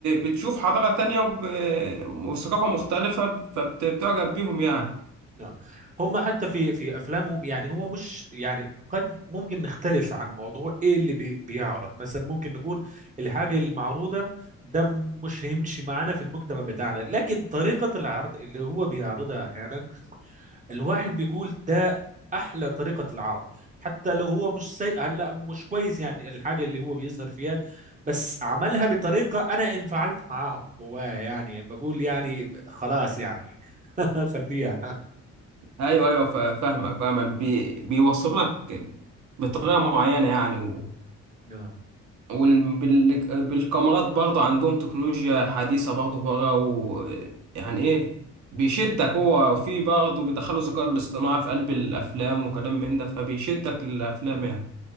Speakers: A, on the right; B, on the right.
A: بتشوف حضاره تانية وب- وثقافه مختلفه فبتعجب بيهم يعني
B: نعم هم حتى في في افلامهم يعني هو مش يعني قد ممكن نختلف عن موضوع ايه اللي بي بيعرض مثلا ممكن نقول الحاجه المعروضه ده مش هيمشي معانا في المجتمع بتاعنا لكن طريقه العرض اللي هو بيعرضها احيانا الواحد بيقول ده احلى طريقه العرض حتى لو هو مش سيء هلا مش كويس يعني الحاجه اللي هو بيظهر فيها بس عملها بطريقه انا انفعلت معاه جواه يعني بقول يعني خلاص يعني <laughs> خليها
A: ايوه ايوه ف- فاهمك فاهمك بي بيوصل لك بطريقه معينه يعني و...
B: نعم
A: وبالكاميرات برضه عندهم تكنولوجيا حديثه برضه بره و... يعني ايه بيشدك هو في برضه بيدخلوا الذكاء الاصطناعي في قلب الافلام وكلام من ده فبيشدك للافلام يعني